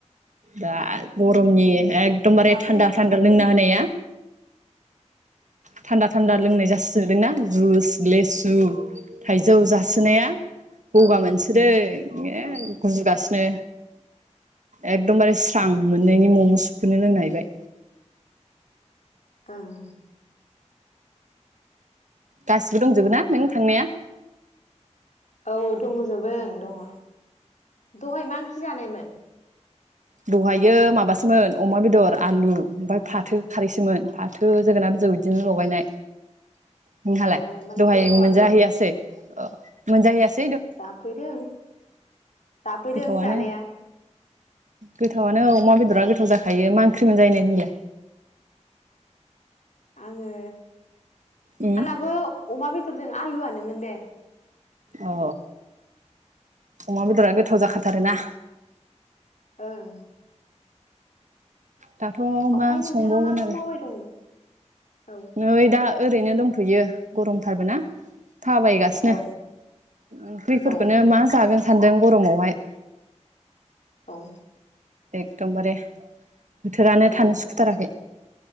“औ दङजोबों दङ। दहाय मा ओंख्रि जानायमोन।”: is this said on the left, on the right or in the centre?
Left